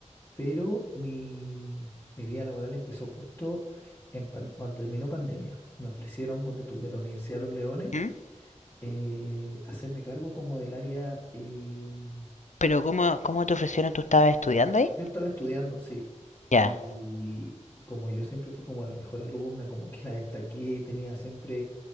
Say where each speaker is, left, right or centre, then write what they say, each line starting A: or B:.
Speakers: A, on the left; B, on the left.
A: pero mi, mi vida laboral empezó justo en pan- cuando terminó pandemia. Me ofrecieron, ponte tú, de la Universidad de Los Leones,
B: ¿Mm?
A: eh, hacerme cargo como del área eh,
B: Pero ¿cómo, cómo te ofrecieron? ¿Tú estabas estudiando ahí?
A: Yo estaba estudiando, sí. Y,
B: Ya.
A: y como yo siempre fui como la mejor alumna, como que la destaqué, tenía siempre,